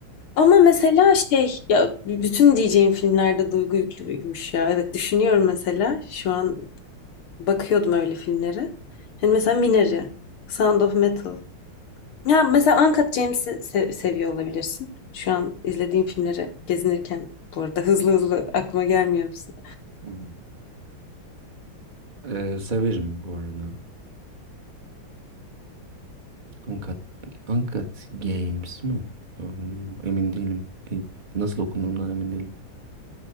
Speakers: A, on the left; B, on the right.
A: Ama mesela şey ya bütün diyeceğim filmlerde duygu yüklüymüş ya. Evet düşünüyorum mesela şu an bakıyordum öyle filmlere. Hani mesela Minari, Sound of Metal. Ya mesela Uncut James'i se- seviyor olabilirsin. Şu an izlediğim filmleri gezinirken bu arada hızlı hızlı aklıma gelmiyor musun?
B: Hmm. E, severim bu arada. Uncut, Uncut Games mi? Em, Emin değilim. E, Nasıl okunduğundan emin değilim.